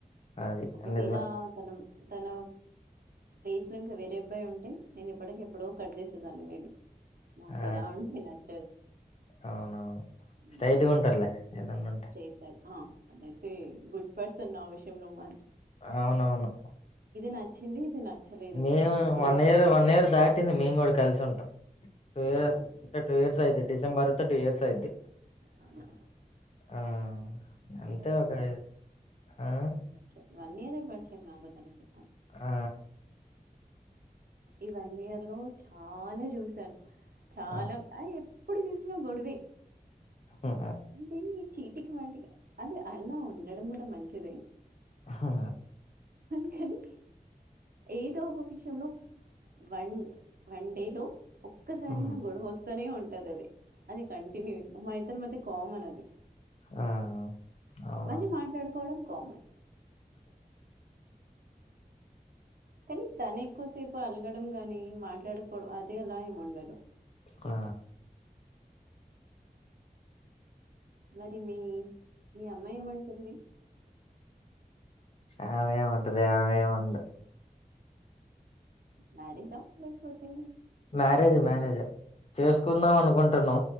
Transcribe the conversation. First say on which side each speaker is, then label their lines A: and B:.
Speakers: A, on the left (about 45°); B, on the right (about 75°).
A: అది
B: ఒకవేళ
A: నిజమే
B: తను తన ప్లేస్ లో ఇంకా వేరే అబ్బాయి ఉంటే నేను ఇప్పటికి ఎప్పుడో కట్ చేసేదాన్ని మేబ నాకులా
A: ఆ
B: ఉండి నాచ్చ
A: అవునవును
B: మ్మ్.
A: స్టైట్గా ఉంటారులే ఏదన్నా ఉంటే
B: స్ట్రైట్ ఫార్వర్డ్. ఆ అదైతే గుడ్ పర్సన్ ఆ విషయంలో మా
A: అవునవును
B: నచ్చింది ఇది నచ్చలేదు
A: మేము
B: చాలా
A: one
B: okay
A: year one year దాటింది మేము కూడా కలిసి ఉంటాం టూ ఇయర్స్
B: అవునా
A: టూ ఇయర్స్ యిది డిెబర్త్ టూ ఇయర్స్ యిది
B: అవున
A: ఆ ఎంతే
B: వన్
A: ఒకకా
B: ఇయర్
A: ఆ
B: పరిచయం వన్ ఇయర్ే పడిచేం నా గతనికి
A: ఆ
B: ఈ వన్ ఇయర్ లో చాలా చూసాను చాలా
A: ఆ
B: అ ఇప్పుడు చూసినా గొడవే
A: ఆ
B: అంటే ఈ చీటికి వాటికి అదిే అలా ఉండడం కూడా మంచిదే
A: హా
B: కానీ ఏదో ఒక విషయంలో వన్ వన్ డే లో ఒక్కసార
A: హ్మ్.
B: గొడవ వస్తానే ఉంటది అది అది కంటిన్యూ ఇ మా ఇద్దరు మధ్య కోమన్ అది
A: ఆ అవునవును
B: మళ్ళీ మాట్లాడుకోవడం కామెం ఎనీ తనేకుస తప్పు అలగడం గాని మాట్లాడుకూడదు అది అలా ఏం ఉండదు
A: ఆ
B: మరి మీ మీ అమ్మాయి ఏమంటుంది
A: అ ఆమెమంటది ఆమె వంద
B: మ్యారేజ లేకపోతే
A: మ్యారేజ్ మ్యారేజ్ చేసుకుందాం అనుకుంటున్నా